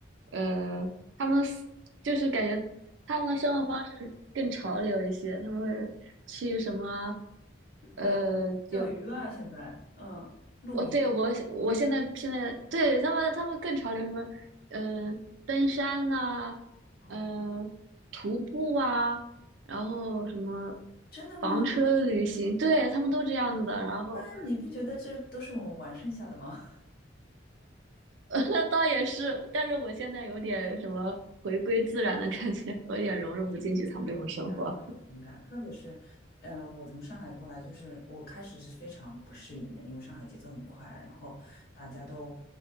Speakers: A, on the right; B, on the left.
A: 呃，他们思就是感觉他们的生活方式更潮流一些，他们会去什么，呃，
B: 呃、
A: 就
B: 钓鱼啊，现在嗯，露营
A: 我对我我现在现在对他们他们更潮流什么，嗯、登山呐、
B: 哦，
A: 嗯、徒步啊，然后什么
B: 真的吗？
A: 房车旅行，对他们都这样子的，然后。
B: 那你不觉得这都是我们玩剩下的吗？
A: <laughs> 那倒也是，但是我现在有点什么回归自然的感觉，我有点融入不进去他们这种生活。
B: 我有同感，我有同感，特别是，呃，我从上海过来，就是我开始是非常不适应的，因为上海节奏很快啊，然后大家都，